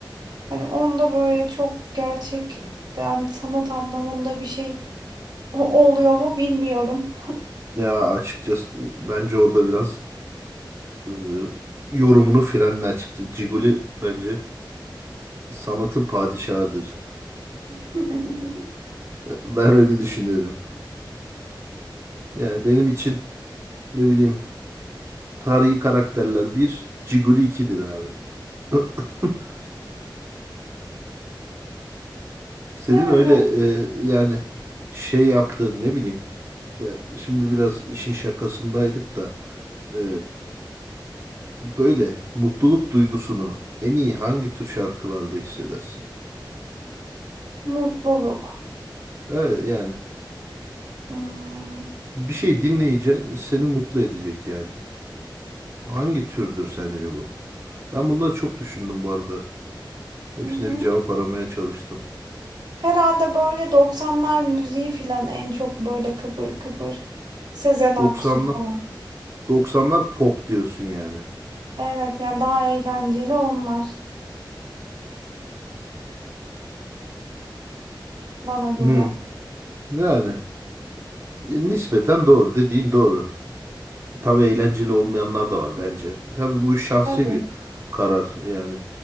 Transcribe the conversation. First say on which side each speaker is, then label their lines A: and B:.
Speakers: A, on the right; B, on the right.
A: Hani onda böyle çok gerçekten sanat anlamında bir şey o- oluyor mu bilmiyorum.
B: Ya açıkçası e, bence orada biraz e, yorumunu frenle açıkçası. Ciguli bence sanatın padişahıdır.
A: <laughs>
B: E, Ben öyle düşünüyorum. Yani benim için ne bileyim tarihi karakterler bir, Ciguli ikidir abi. <laughs> Senin
A: Yani
B: öyle e, yani şey yaptığın ne bileyim. Ya şimdi biraz işin şakasındaydık da e, böyle mutluluk duygusunu en iyi hangi tür şarkılarda hissedersin?
A: mutluluk.
B: Evet yani
A: Hmm.
B: bir şey dinleyeceksin seni mutlu edecek yani. Hangi türdür sence bu? Ben bunları çok düşündüm bu arada. Hepsine
A: <laughs>
B: bir cevap aramaya çalıştım.
A: Herhalde böyle 90'lar müziği filan en çok böyle kıpır kıpır. Sezen Aksu
B: 90'lar
A: falan.
B: 90'lar pop diyorsun yani.
A: Evet yani daha eğlenceli onlar bana göre.
B: Hmm, yani e, nispeten doğru dediğin doğru. Tabii eğlenceli olmayanlar da var bence. Tabii bu şahsi
A: Tabii.
B: bir karar yani.